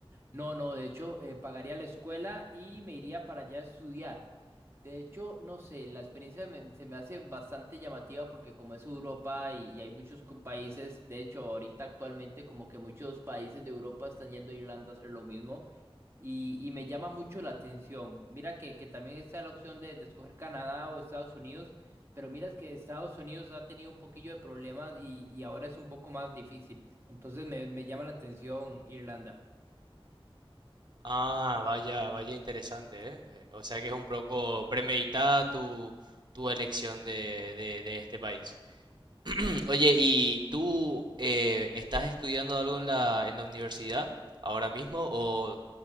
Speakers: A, on the right (about 25°); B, on the right (about 50°).
A: No, no, de hecho, eh, pagaría la escuela y me iría para allá a estudiar. De hecho, no sé, la experiencia me- se me hace bastante llamativa porque como es Europa y, y hay muchos co- países, de hecho, ahorita actualmente como que muchos países de Europa están yendo a Irlanda a hacer lo mismo y, y me llama mucho la atención. Mira que, que también está la opción de, de escoger Canadá o Estados Unidos, pero mira que Estados Unidos ha tenido un poquillo de problemas y, y ahora es un poco más difícil. Entonces me, me llama la atención Irlanda.
B: Ah, vaya, vaya interesante, ¿eh? Eh, O sea que es un poco premeditada tu, tu elección de, de de este país. <clears throat> Oye, ¿y tú eh, estás estudiando algo en la, en la universidad ahora mismo o